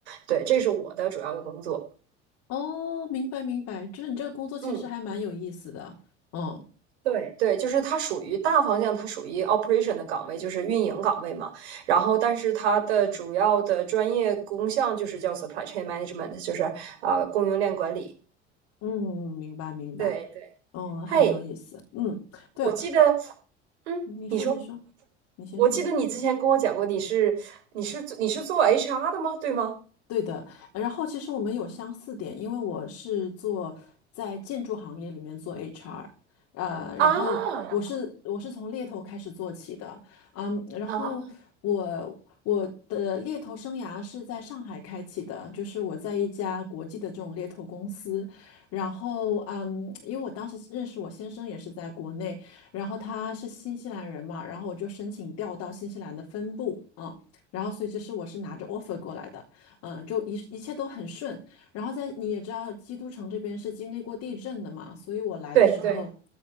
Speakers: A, on the right (about 65°); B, on the left (about 50°).
A: 对，这是我的主要的工作。
B: 哦，明白，明白，就是你这个工作其实还蛮有意思的。
A: 嗯，
B: 嗯
A: 对对，就是它属于大方向，它属于 operation 的岗位，就是运营岗位嘛。然后，但是它的主要的专业工项就是叫 supply chain management，就是啊、呃供应链管理。
B: 嗯，明白明白，
A: 对对，
B: 嗯，
A: 嘿，
B: 很有意思。嗯，对，
A: 我记得，嗯，
B: 你说你说，
A: 你说，
B: 你先说。
A: 我记得你之前跟我讲过，你是你是你是做 HR 的吗？对吗？
B: 对的，然后其实我们有相似点，因为我是做在建筑行业里面做 HR，呃，
A: 啊
B: 然后我是我是从猎头开始做起的，嗯，然后我我的猎头生涯是在上海开启的，
A: 啊！
B: 就是我在一家国际的这种猎头公司，然后嗯，因为我当时认识我先生也是在国内，然后他是新西兰人嘛，然后我就申请调到新西兰的分部啊，然后所以其实我是拿着 offer 过来的。呃，就一一切都很顺。然后在你也知道，基督城这边是经历过地震的嘛，所以我来的时候，
A: 对对。